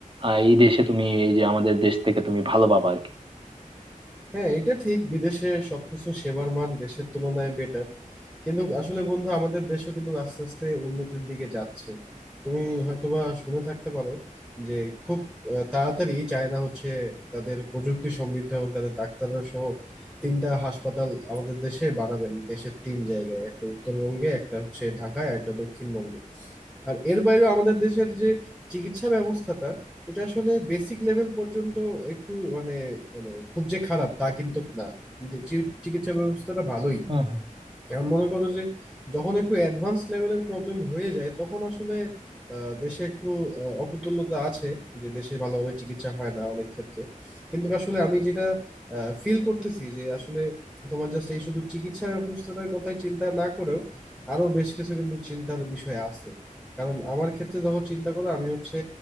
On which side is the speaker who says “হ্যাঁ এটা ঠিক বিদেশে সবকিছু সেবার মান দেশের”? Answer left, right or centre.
Centre